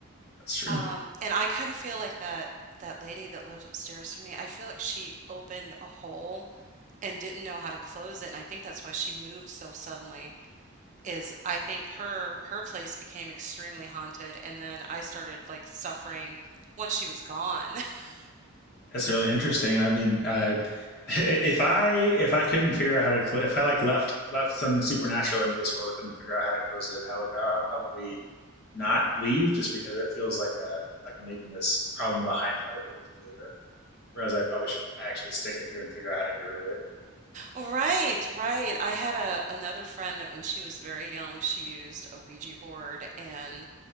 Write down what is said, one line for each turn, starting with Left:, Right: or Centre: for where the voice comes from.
Left: That's true.
Right: Um, and I kind of feel like that that lady that lived upstairs from me, I feel like she opened a hole and didn't know how to close it. And I think that's why she moved so suddenly is I think her her place became extremely haunted and then I started like suffering once she was gone. <laughs>
Left: That's really interesting. I mean, uh, <laughs> if I if I couldn't figure out how to cl- if I like left left something supernatural into this world, couldn't figure out how to close it, I would I'd probably not leave just because it feels like a like I'm leaving this problem behind for other people to deal with. Whereas I probably should actually stick it through and figure out how to get rid of it.
Right: Right, right. I had a another friend that when she was very young, she used a Ouija board and